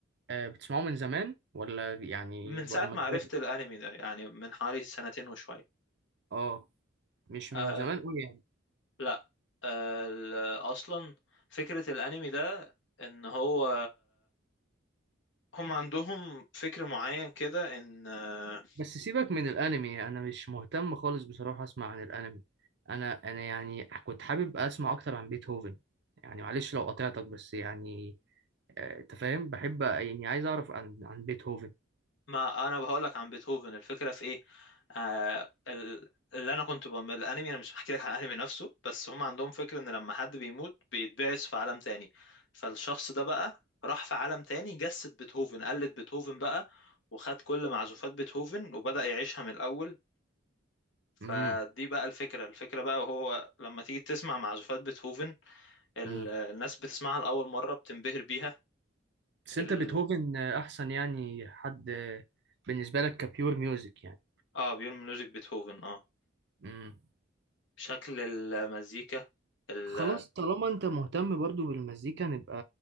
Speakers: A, on the right (about 60°); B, on the left (about 65°).
A: آه، بتسمعه من زمان ولا يعني
B: من
A: لما
B: ساعة ما
A: كبرت؟
B: عرفت الانمي ده يعني من حوالي سنتين وشوية
A: أه مش من
B: أه
A: زمان أوي يعني.
B: لا أه ال- اصلا فكرة الانمي ده ان هو هم عندهم فكر معين كده ان آه،
A: بس سيبك من الانمي انا مش مهتم خالص بصراحة اسمع عن الانمي انا انا يعني كنت حابب اسمع اكتر عن بيتهوفن يعني معلش لو قطعتك بس يعني آه، انت فاهم بحب يعني عايز اعرف عن عن بيتهوفن
B: ما انا بقول لك عن بيتهوفن الفكره في ايه آه ال- اللي انا كنت بعمل الانمي انا مش بحكي لك عن الانمي نفسه بس هم عندهم فكره ان لما حد بيموت بيتبعث في عالم تاني فالشخص ده بقى راح في عالم تاني جسد بيتهوفن قلد بيتهوفن بقى وخد كل معزوفات بيتهوفن وبدأ يعيشها من الاول فدي
A: امم
B: بقى الفكره الفكره بقى وهو لما تيجي تسمع معزوفات بيتهوفن ال-
A: امم
B: الناس بتسمعها لاول مره بتنبهر بيها
A: بس انت
B: ال...
A: بيتهوفن آه، احسن يعني حد آه، بالنسبة لك كبيور ميوزك يعني
B: اه بيقول ميوزك بيتهوفن اه
A: امم
B: شكل المزيكا ال
A: خلاص طالما انت مهتم برضو بالمزيكا نبقى